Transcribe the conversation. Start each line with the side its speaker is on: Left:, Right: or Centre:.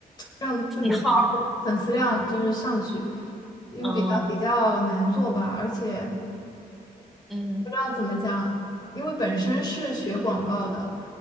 Left: 让自己粉丝粉丝量就是上去，
Centre: 喜号，
Left: 因为比较比较难做吧，
Centre: 嗯
Left: 而且
Centre: 嗯。
Left: 不知道怎么讲，因为本身是学广告的，